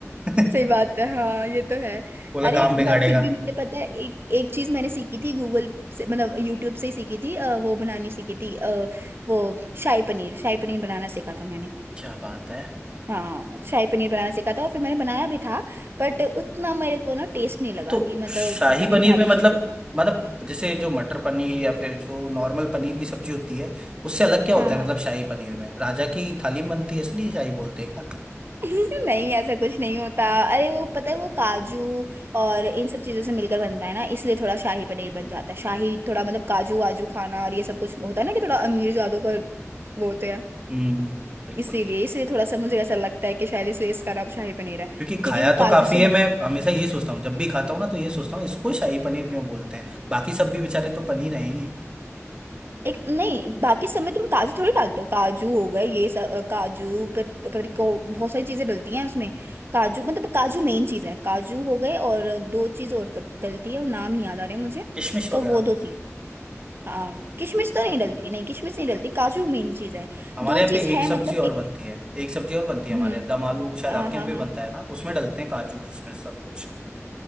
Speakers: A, on the right; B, on the right.
A: <laughs>
B: सही बात है हाँ ये तो है
A: बोला
B: अरे
A: काम
B: एक
A: बिगाड़ेगा
B: बार फिर भी मैंने पता है एक एक चीज मैंने सीखी थी गूगल से मतलब यूट्यूब से ही सीखी थी अ, वो बनानी सीखी थी अ, वो शाही पनीर शाही पनीर बनाना सीखा था मैंने
A: क्या बात है
B: हाँ शाही पनीर बनाना सीखा था और फिर मैंने बनाया भी था बट उतना मेरे को ना टेस्ट नहीं लगा
A: तो
B: कि मतलब
A: शाही
B: जितना
A: पनीर
B: मेरी भाभी
A: में मतलब
B: जी की
A: मतलब जैसे जो मटर पनीर या फिर जो नॉर्मल पनीर की सब्जी होती है उससे अलग क्या होता
B: हाँ हाँ
A: है मतलब शाही पनीर में राजा की थाली में बनती है इसलिए शाही बोलते हैं क्या
B: <laughs> नहीं ऐसा कुछ नहीं होता अरे वो पता है वो काजू और इन सब चीजों से मिलकर बनता है ना इसलिए थोड़ा शाही पनीर बन जाता है शाही थोड़ा मतलब काजू वाजू खाना और ये सब कुछ होता है ना कि थोड़ा अमीर जादों का वो होते हैं
A: हम्म बिल्कुल
B: इसीलिए इसलिए थोड़ा सा मुझे ऐसा लगता है कि शायद इसलिए इसका नाम शाही पनीर है
A: क्योंकि
B: क्योंकि
A: खाया
B: वो
A: तो
B: काजू
A: काफी
B: से
A: है
B: बनती
A: मैं
B: है
A: हमेशा ये सोचता हूँ जब भी खाता हूँ ना तो ये सोचता हूँ इसको शाही पनीर क्यों बोलते हैं बाकी सब भी बेचारे तो पनीर है ही है
B: एक नहीं बाकी सब में तुम काजू थोड़ी डालते हो काजू हो गए ये सब अ, काजू प- पता नहीं कौ- बहुत सारी चीजें डलती हैं उसमें काजू मतलब काजू मेन चीज है काजू हो गए और दो चीज और डल- डलती है वो नाम नहीं याद आ रहे मुझे
A: किशमिश
B: तो
A: वगैरह
B: वो दो चीज हाँ किशमिश तो नहीं डलती नहीं किशमिश नहीं डलती काजू मेन चीज है
A: हमारे
B: दो
A: यहाँ
B: चीज
A: पे
B: है
A: एक सब्जी
B: मतलब
A: और
B: एक
A: बनती है एक सब्जी और बनती है
B: हम्म
A: हमारे यहाँ दम आलू शायद
B: हाँ
A: आपके
B: हाँ
A: यहाँ पे
B: हाँ
A: बनता है ना उसमें डलते हैं काजू किशमिश सब कुछ